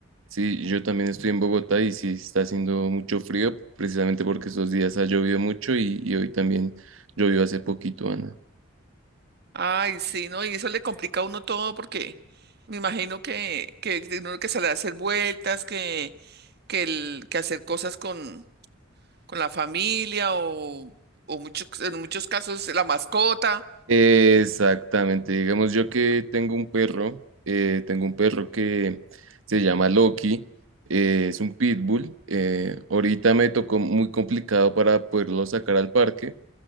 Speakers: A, on the right (about 75°); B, on the right (about 50°).
A: Sí, yo también estoy en Bogotá y sí está haciendo mucho frío, precisamente porque estos días ha llovido mucho y, y hoy también llovió hace poquito, Ana.
B: Ay, sí, ¿no? Y eso le complica a uno todo porque me imagino que, que tiene uno que salir a hacer vueltas, que, que, el, que hacer cosas con, con la familia o, o muchos, en muchos casos la mascota.
A: Exactamente, digamos yo que tengo un perro, eh, tengo un perro que se llama Loki, eh, es un pitbull, eh, ahorita me tocó muy complicado para poderlo sacar al parque